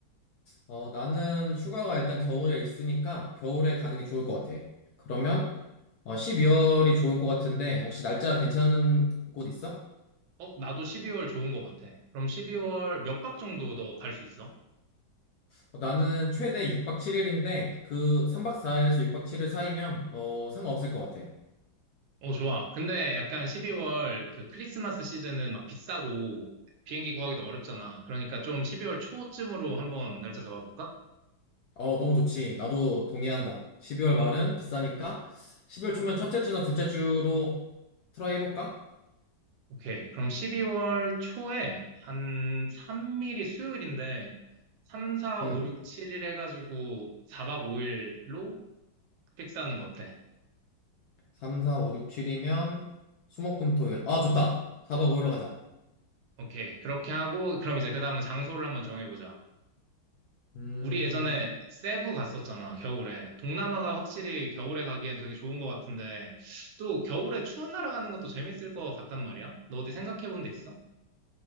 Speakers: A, on the left; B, on the right.
A: 어, 나는 휴가가 일단 겨울에 있으니까 겨울에 가는 게 좋을 것 같아. 그러면 어, 12월이 좋을 것 같은데 혹시 날짜 괜찮은 곳 있어?
B: 어, 나도 12월 좋은 거 같아. 그럼 12월 몇 박 정도 너 갈 수 있어?
A: 어, 나는 최대 6박 7일인데 그 3박 4일에서 6박 7일 사이면 뭐 상관없을 것 같아.
B: 어, 좋아. 근데 약간 12월 그 크리스마스 시즌은 막 비싸고 비행기 구하기도 어렵잖아. 그러니까 좀 12월 초쯤으로 한번 날짜 잡아볼까?
A: 어, 너무 좋지. 나도 동의한다. 12월 말은 비싸니까 12월 초면 첫째 주나 둘째 주로 트라이 해볼까?
B: 오케이. 그럼 12월 초에 한 3일이 수요일인데, 3, 4,
A: 응.
B: 5, 6, 7일 해가지고 4박 5일로 픽스하는 거 어때?
A: 3, 4, 5, 6, 7이면 수목금토일. 아, 좋다. 4박 5일로 가자.
B: 오케이. 그렇게 하고, 그럼 이제 그 다음은 장소를 한번 정해보자.
A: 음,
B: 우리 예전에 세부 갔었잖아, 겨울에. 동남아가 확실히 겨울에 가기엔 되게 좋은 것 같은데, 또 겨울에 추운 나라 가는 것도 재밌을 것 같단 말이야? 너 어디 생각해본 데 있어?